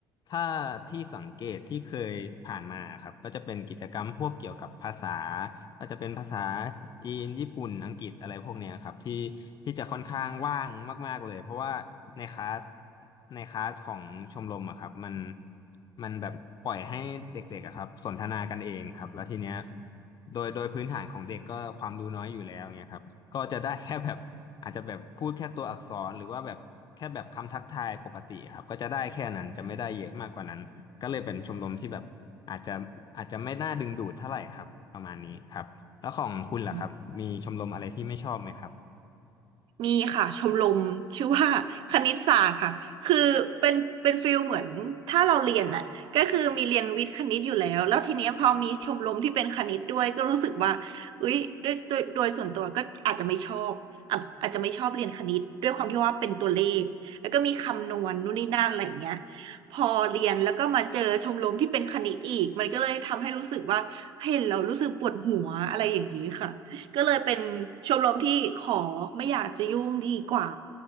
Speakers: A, on the left (about 40°); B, on the right (about 50°).
A: ถ้าที่สังเกตที่เคยผ่านมาครับก็จะเป็นกิจกรรมพวกเกี่ยวกับภาษาก็จะเป็นภาษาจีนญี่ปุ่นอังกฤษอะไรพวกเนี้ยครับที่ที่จะค่อนข้างว่างมากๆเลยเพราะว่าในคลาสในคลาสของชมรมอะครับมันมันแบบปล่อยให้เด็กๆอะครับสนทนากันเองครับแล้วทีเนี้ยโดยโดยพื้นฐานของเด็กก็ความรู้น้อยอยู่แล้วเนี่ยครับก็จะได้แค่แบบ อาจจะแบบพูดแค่ตัวอักษรหรือว่าแบบแค่แบบคำทักทายปกติครับก็จะได้แค่นั้นจะไม่ได้เยอะมากกว่านั้นก็เลยเป็นชมรมที่แบบอาจจะอาจจะไม่น่าดึงดูดเท่าไหร่ครับประมาณนี้ครับแล้วของคุณล่ะครับมีชมรมอะไรที่ไม่ชอบไหมครับ
B: ะ มีค่ะชมรมชื่อว่า <laughs> คณิตศาสตร์ค่ะคือเป็นเป็นฟิลเหมือนถ้าเราเรียนน่ะก็คือมีเรียนวิทย์คณิตอยู่แล้วแล้วทีเนี้ยพอมีชมรมที่เป็นคณิตด้วยก็รู้สึกว่าอุ้ยด้วยโด้วยโดยส่วนตัวก็อาจจะไม่ชอบอ่ะอาจจะไม่ชอบเรียนคณิตด้วยความที่ว่าเป็นตัวเลขแล้วก็มีคำนวณนู่นนี่นั่นอะไรอย่างเงี้ยพอเรียนแล้วก็มาเจอชมรมที่เป็นคณิตอีกมันก็เลยทำให้รู้สึกว่าเห็นเรารู้สึกปวดหัวอะไรอย่างนี้ค่ะ ก็เลยเป็นชมรมที่ขอไม่อยากจะยุ่งดีกว่า